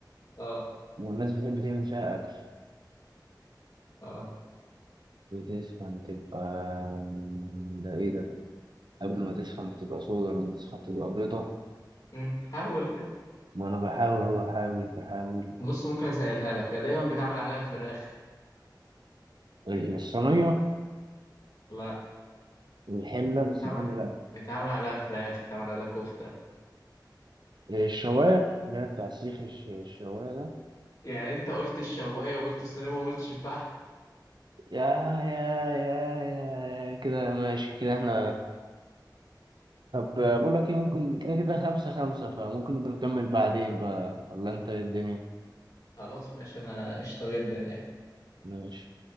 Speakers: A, on the left; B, on the right.
A: اه
B: والناس بتحب تعمل فيها أكل
A: اه
B: وتسخن تبقى ده إيه ده قبل ما تسخن بتبقى صودا لما تسخن تبقى بيضة
A: مم، حاول كده
B: ما أنا بحاول أهو بحاول بحاول
A: بص ممكن اسهلها لك هي دايما بيتعمل عليها الفراخ
B: الصينية
A: لا
B: الحلة بس
A: بيتعمل
B: الحلة
A: بيتعمل عليها فراخ بيتعمل عليها كفتة
B: لأ الشواية اللي هي بتاع السيخ الش- الشواية ده
A: يعني انت قلت الشواية وقلت الصينية وما قلتش الفحم
B: يا يا يا يا يا كده ماشي كده احنا طب بقول لك ايه ممكن كده كده خمسة خمسة فممكن نبقى نكمل بعدين بقى ولا انت إيه الدنيا
A: خلاص ماشي انا قشطة جدا يعني
B: ماشي